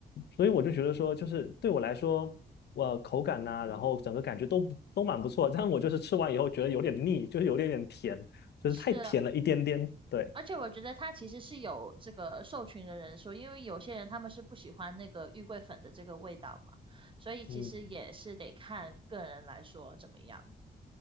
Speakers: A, on the left; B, on the right.
A: 所以我就觉得说，就是对我来说，我口感呐、然后整个感觉都不都蛮不错，但我就是吃完以后觉得有点腻，就是有点点甜，就是太甜了一点点，
B: 是。
A: 对，
B: 而且我觉得它其实是有这个受群的人说，因为有些人他们是不喜欢那个玉桂粉的这个味道嘛，所以其实也是得看个人来说怎么样。
A: 嗯